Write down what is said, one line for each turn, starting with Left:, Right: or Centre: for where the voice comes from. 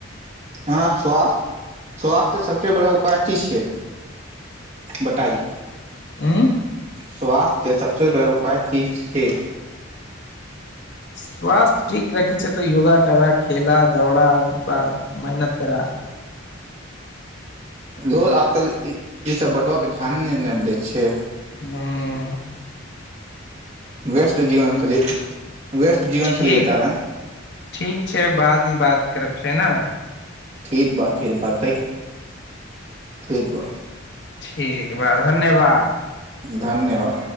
Right: हँ स्वास्थ स्वास्थ्य सबसँ बड़ा उपाय की छैय बताइ
Left: उँ
Right: स्वास्थ्यके सभसँ बड़ा उपाय की छै
Left: स्वास्थ्य ठीक रखै छै तऽ योगा करा खेला दौड़ह आ मेहनत करह
Right: लो आज तल ईसभ बँतबा पर त ध्यान नहि ने दैत छै
Left: हँ
Right: व्यस््त जीवनशैली व्यस््त जीवनशैली
Left: ठीक
Right: के कारण
Left: ठीक छै बादमे बात करब छै न
Right: ठीक बा ठीक बा त ठीक बा
Left: ठीक बा धन्यवाद
Right: धन्यवाद